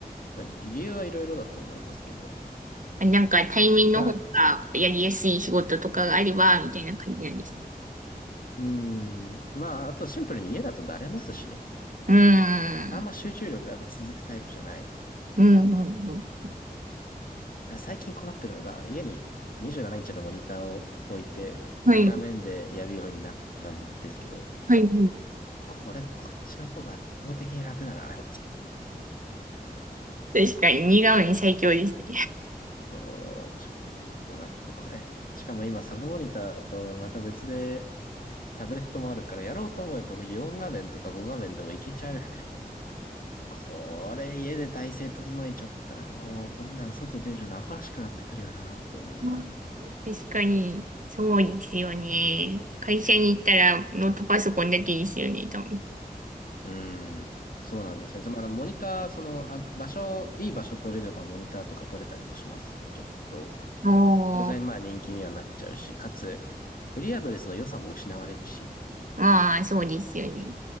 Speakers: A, on the left (about 60°); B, on the right (about 55°).
A: 理由はいろいろだと思いますけど、
B: あなんか対面の方がやりやすい仕事とかがあれば、
A: だ
B: みたいな感じなんですね。
A: うーん、まああとシンプルに家だとだれますしね。
B: うーん。
A: あんま集中力がやっぱ続くタイプじゃない。
B: うん、うん、うん。
A: 最近困ってるのが、家に27インチのモニターを置いて、
B: はい、
A: 2画面でやるようになったんですけど、
B: はい、はい。
A: これ、こっちの方が圧倒的に楽だな。
B: 確かに、似顔絵最強ですね。
A: そう、ちょっとだってこれ。しかも今、サブモニターとまた別でタブレットもあるから、やろうと思えば4画面とか5画面でもいけちゃう。これ、家で体勢整えちゃったらもう、こんなん外出るのアホらしくなってくるよなって思いながら。
B: うん確かに、そうですよね。会社に行ったらノートパソコンだけですよね、多分。
A: うーん。そうなんですよね。まあ、モニター、その、あ、場所、いい場所取れればモニターとか取れたりもしますけど、
B: あ
A: 当然まあ人気にはなっちゃうし、かつ、フリーアドレスの良さも失われるし。
B: まあ、そうですよね。